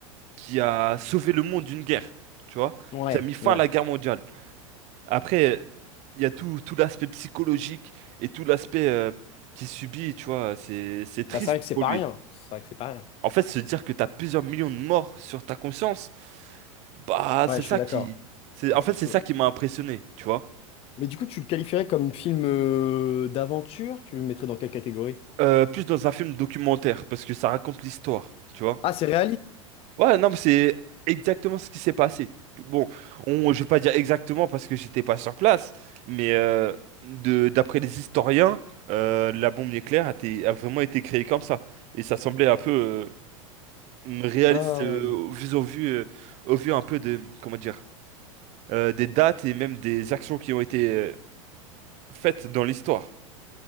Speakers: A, on the right; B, on the left.
A: qui a sauvé le monde d'une guerre, tu vois,
B: Ouais,
A: qui a mis fin
B: ouais.
A: à la guerre mondiale. Après, il y a tout, tout l'aspect psychologique et tout l'aspect euh, qu'il subit, tu vois, c'est, c'est triste
B: Bah, c'est vrai que c'est
A: pour
B: pas
A: lui.
B: rien. C'est vrai que c'est pas rien.
A: En fait, se dire que t'as plusieurs millions de morts sur ta conscience, bah,
B: Ouais,
A: c'est ça
B: je suis d'accord.
A: qui... c'est-
B: Ouais,
A: En
B: c'est
A: fait, c'est
B: chaud.
A: ça qui m'a impressionné, tu vois.
B: Mais du coup, tu le qualifierais comme film euh, d'aventure? Tu le mettrais dans quelle catégorie?
A: Euh, plus dans un film documentaire, parce que ça raconte l'histoire, tu vois.
B: Ah, c'est réaliste.
A: Ouais, non, mais c'est exactement ce qui s'est passé. Bon, on, je vais pas dire exactement parce que j'étais pas sur place, mais euh, de, d'après les historiens, euh, la bombe nucléaire a, été- a vraiment été créée comme ça. Et ça semblait un peu euh, réaliste
B: Ah.
A: euh, au vu, au vu, euh, au vu un peu de, comment dire, euh, des dates et même des actions qui ont été euh, faites dans l'histoire.